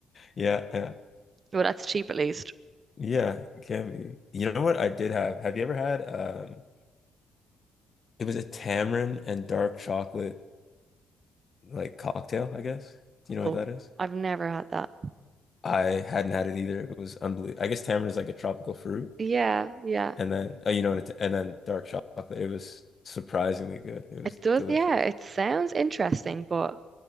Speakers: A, on the left (about 40°); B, on the right (about 45°).
A: Yeah, yeah.
B: Well, that's cheap at least.
A: Yeah, it can be. You know what I did have? Have you ever had um it was a tamarind and dark chocolate like cocktail, I guess. Do you know
B: Oh,
A: what that is?
B: I've never had that.
A: I hadn't had it either. It was unbelievable. I guess tamarind is like a tropical fruit,
B: Yeah, yeah.
A: and then oh, you know what? It, and then dark chocolate. It was surprisingly good. It was
B: It does,
A: delicious.
B: yeah, it sounds interesting, but